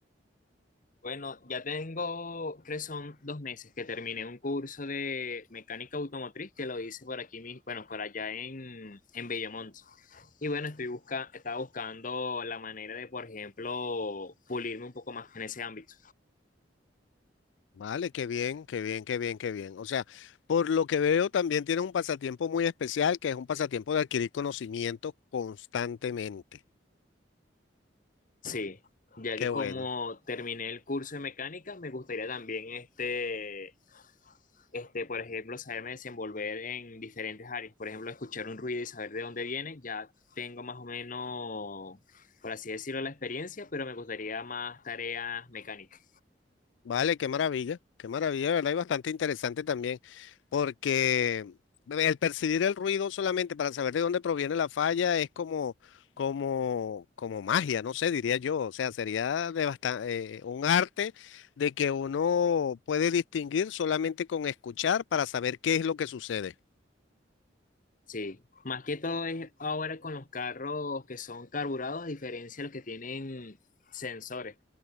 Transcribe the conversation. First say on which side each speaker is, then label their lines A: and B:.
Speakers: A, on the left; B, on the left.
A: Bueno, ya tengo, creo que son dos meses que terminé un curso de mecánica automotriz que lo hice por aquí mismo, bueno, por allá en, en Bellomonte. Y bueno, estoy busca, estaba buscando la manera de, por ejemplo, pulirme un poco más en ese ámbito.
B: Vale, qué bien, qué bien, qué bien, qué bien. O sea, por lo que veo, también tienes un pasatiempo muy especial, que es un pasatiempo de adquirir conocimiento constantemente.
A: Sí, ya
B: Qué
A: que
B: bueno.
A: como terminé el curso de mecánica, me gustaría también este este, por ejemplo, saberme desenvolver en diferentes áreas. Por ejemplo, escuchar un ruido y saber de dónde viene, ya tengo más o menos, por así decirlo, la experiencia, pero me gustaría más tareas mecánicas.
B: Vale, qué maravilla, qué maravilla, ¿verdad? Y bastante interesante también, porque el percibir el ruido solamente para saber de dónde proviene la falla es como, como, como magia, no sé, diría yo. O sea, sería de bastan- eh, un arte de que uno puede distinguir solamente con escuchar para saber qué es lo que sucede.
A: Sí, más que todo es ahora con los carros que son carburados, a diferencia de los que tienen sensores.